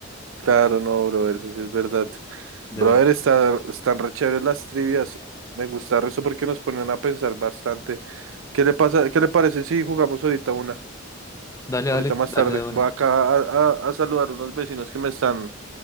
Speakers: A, on the right (about 75°); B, on the left (about 15°).
A: Claro, no, brother, eso sí es verdad.
B: <laughs> de
A: Brother,
B: una.
A: está, están re chéveres las trivias. Me gusta eso porque nos ponen a pensar bastante. ¿Qué le pasa? ¿Qué le parece si jugamos ahorita una?
B: Dale,
A: Ahorita
B: dale,
A: más
B: dale
A: tarde.
B: de una.
A: Voy acá a, a- a saludar a unos vecinos que me están